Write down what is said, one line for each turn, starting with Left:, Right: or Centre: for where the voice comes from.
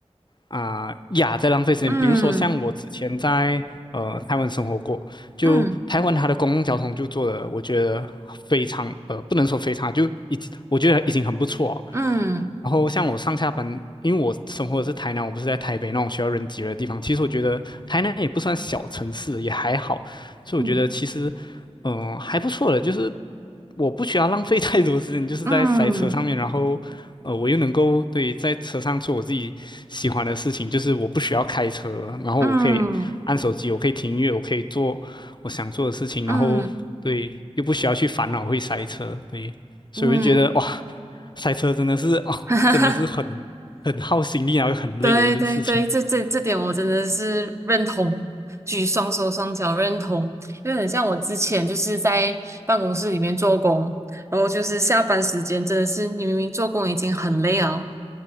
Left: 啊、呀，在浪费时间。
Right: 嗯
Left: 比如说，像我之前在呃台湾生活过，就台湾它的公共交通就做的，
Right: 嗯
Left: 我觉得非常呃，不能说非常，就已经我觉得已经很不错哦
Right: 嗯
Left: 然后像我上下班，因为我生活的是台南，我不是在台北那种需要人挤人的地方。其实我觉得台南也不算小城市，也还好，所以我觉得其实
Right: 嗯
Left: 嗯、呃还不错的，就是我不需要浪费太多时间，就是在塞车上面，
Right: 嗯
Left: 然后，呃，我又能够对在车上做我自己喜欢的事情，就是我不需要开车，然后我可以按手机，
Right: 嗯
Left: 我可以听音乐，我可以做我想做的事情，
Right: 嗯
Left: 然后对，又不需要去烦恼会塞车，对，所以我就觉得哇，
Right: 嗯，嗯
Left: 塞车真的是啊，
Right: <laughs> 哈哈
Left: 真的是很很耗心力，然后很累的一件事情。
Right: 对对对，这这这点我真的是认同，举双手双脚认同，因为很像我之前就是在办公室里面做工，然后就是下班时间真的是你明明做工已经很累了，